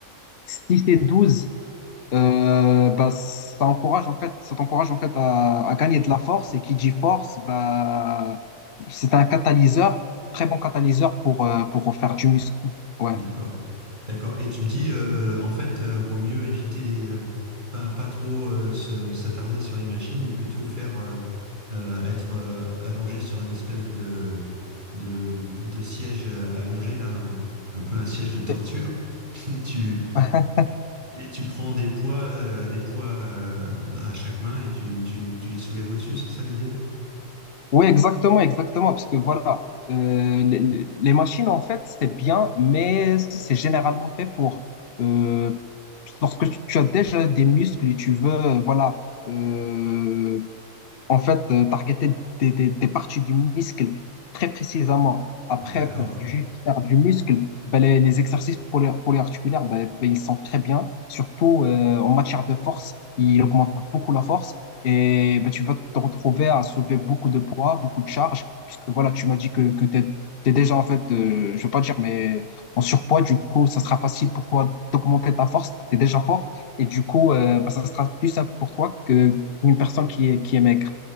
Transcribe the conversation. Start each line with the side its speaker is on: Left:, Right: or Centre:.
Left: 6 et 12 euh, bah, ça encourage en fait, ça t'encourage en fait à, à gagner de la force. Et qui dit force, bah, c'est un catalyseur, très bon catalyseur pour, euh, pour faire du muscle. Ouais.
Right: d'accord. D'accord. Et tu me dis, euh, en fait, euh, vaut mieux éviter les. euh, Enfin, pas trop euh, se- s'attarder sur les machines et plutôt faire euh, euh, être euh, allongé sur une espèce de, de, de siège euh, allongé, là, un, un peu un siège de torture.
Left: Et-
Right: <laughs> Et tu,
Left: <laughs>
Right: Et tu prends des poids, euh, des poids euh, à chaque main et tu, tu, tu les soulèves au-dessus, c'est ça l'idée?
Left: Oui, exactement, exactement, parce que voilà, euh, les, les- les machines, en fait, c'est bien, mais c'est généralement fait pour, euh, lorsque tu, tu as déjà des muscles et tu veux, euh, voilà, euh, En fait, euh, targeter des, des, des parties du muscle très précisément. Après,
Right: D'accord,
Left: pour juste faire du muscle, ben, les, les exercices poly- polyarticulaires, ben, ben, ils sont très bien. Surtout euh, en matière de force, ils augmentent beaucoup la force. Et ben, tu vas te retrouver à soulever beaucoup de poids, beaucoup de charges, puisque voilà, tu m'as dit que, que tu es, déjà en fait, euh, je vais pas dire, mais en surpoids, du coup, ça sera facile pour toi d'augmenter ta force, tu es déjà fort, et du coup, euh, ben, ça sera plus simple pour toi que une personne qui est, qui est maigre.